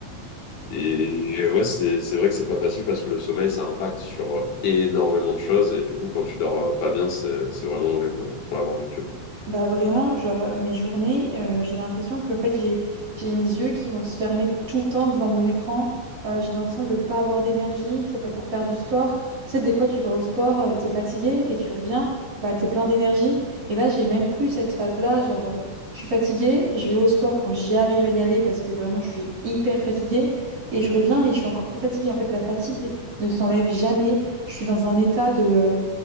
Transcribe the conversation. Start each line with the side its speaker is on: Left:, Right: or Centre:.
Left: et ouais, c'est, c'est vrai que c'est pas facile parce que le sommeil, ça impacte sur euh, énormément de choses. Et du coup, quand tu dors euh, pas bien, c'est, c'est vraiment horrible pour l'avoir vécu.
Right: Bah vraiment, genre euh, mes journées, euh, j'ai l'impression que en fait j'ai j'ai mes yeux qui vont se fermer tout le temps devant mon écran. Euh, j'ai l'impression de pas avoir d'énergie, que ça soit pour faire du sport. Tu sais, des fois tu vas au sport, euh, t'es fatigué et tu reviens, bah t'es plein d'énergie. Et là j'ai même plus cette phase-là, genre euh, je suis fatiguée, je vais au sport quand j'y arrive à y aller parce que vraiment je suis hyper fatiguée et je reviens mais je suis encore plus fatiguée. En fait la fatigue ne s'enlève jamais. Je suis dans un état de euh,